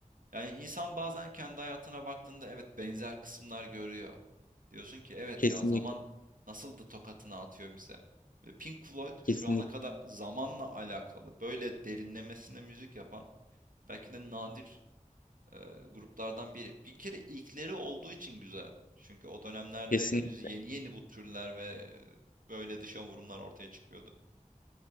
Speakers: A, on the right (about 80°); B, on the left (about 80°).
A: Yani insan bazen kendi hayatına baktığında evet benzer kısımlar görüyor. Diyorsun ki evet
B: Kesinlikle,
A: ya zaman nasıl da tokatını atıyor bize. Ve Pink Floyd şu
B: kesinlikle,
A: ana kadar zamanla alakalı böyle derinlemesine müzik yapan belki de nadir e, gruplardan biri. Bir kere ilkleri olduğu için güzel. Çünkü o dönemlerde
B: kesinlikle,
A: henüz yeni yeni bu türler ve e, böyle dışa vurumlar ortaya çıkıyordu.